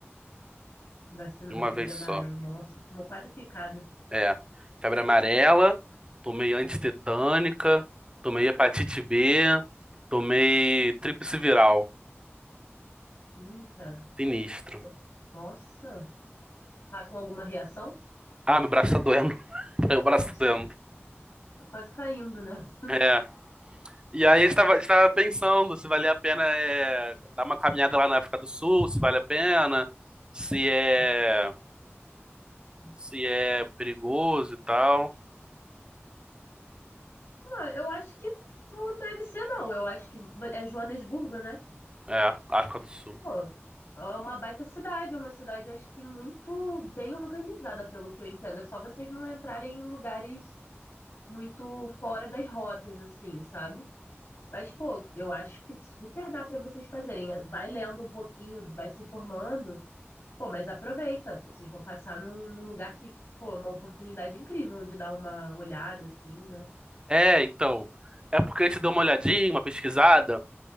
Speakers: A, on the left; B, on the right.
A: Vacina
B: de
A: da
B: uma
A: febre
B: vez
A: amarela.
B: só.
A: Nossa, tomou quatro picadas.
B: É, febre amarela, tomei antitetânica, tomei hepatite B, tomei tríplice viral,
A: Eita.
B: sinistro.
A: qu- Nossa. Tá com alguma reação?
B: Ah, meu braço tá doendo. <laughs> Meu braço
A: Nossa,
B: tá doendo.
A: tá quase caindo, né?
B: É. E aí
A: Caraca.
B: a gente tava, a gente tava pensando se valia a pena é, dar uma caminhada lá na África do Sul, se vale a pena, se é,
A: Acho-
B: se é perigoso e tal.
A: Ah, Eu acho que não deve ser, não. Eu acho que va- é Joanesburgo, né?
B: É, África do Sul.
A: Pô, é uma baita cidade. É uma cidade, acho que muito bem organizada, pelo que eu entendo. É só vocês não entrarem em lugares muito fora das rotas, assim, sabe? Mas, pô, eu acho que super dá pra vocês fazerem. É, Vai lendo um pouquinho, vai se informando. Pô, mas aproveita. Vocês vão passar num, num lugar que, pô, é uma oportunidade incrível de dar uma olhada, assim, né?
B: É, então. É porque a gente deu uma olhadinha, uma pesquisada.